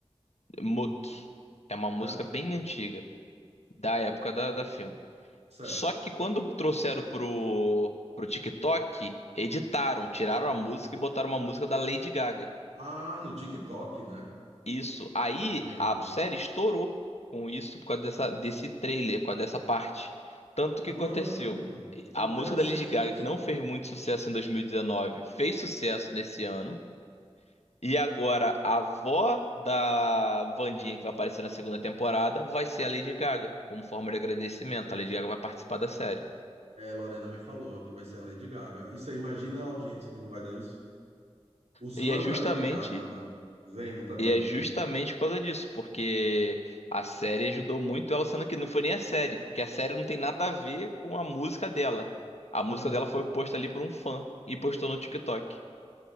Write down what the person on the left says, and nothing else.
Mook. É uma música
bem antiga, da época da, da filme.
Só que quando trouxeram pro, pro TikTok, editaram, tiraram a música e botaram uma música da Lady Gaga.
Isso. Aí
a série estourou com isso por causa dessa, desse trailer, por causa dessa parte. Tanto
que aconteceu.
A
música da Lady Gaga,
que não
fez muito sucesso em 2019, fez sucesso nesse ano. E agora, a avó da Wandinha, que vai aparecer na segunda temporada, vai ser a Lady Gaga, como forma de agradecimento. A Lady Gaga vai participar da série.
E
é justamente,
e é
justamente por causa disso, porque a série ajudou muito ela, sendo que não foi nem a série, que a série não tem nada a ver com a música dela. A música
dela foi posta ali por um fã e postou no TikTok.